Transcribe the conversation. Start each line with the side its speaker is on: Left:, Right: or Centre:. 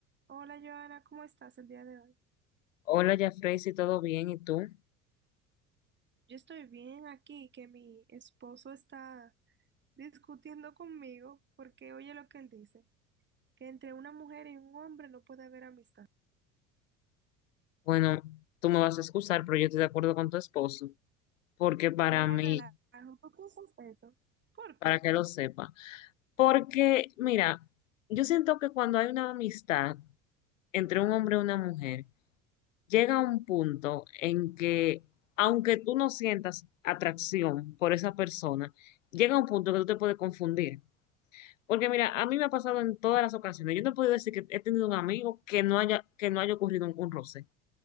Right: Hola Joana, ¿cómo estás el día de hoy?
Left: Hola, Jafrey, si todo bien, ¿y tú?
Right: Yo estoy bien aquí, que mi esposo está discutiendo conmigo porque oye lo que él dice, que entre una mujer y un hombre no puede haber amistad.
Left: Bueno, tú me vas a excusar, pero yo estoy de acuerdo con tu esposo, porque para
Right: Deje
Left: mí,
Right: el relajo, ¿tú piensas eso? ¿Por
Left: para
Right: qué?
Left: que lo sepa, porque mira, yo siento que cuando hay una amistad entre un hombre y una mujer, llega un punto en que, aunque tú no sientas atracción por esa persona, llega un punto que tú te puedes confundir. Porque mira, a mí me ha pasado en todas las ocasiones, yo no he podido decir que he tenido un amigo que no haya, que no haya ocurrido un un roce.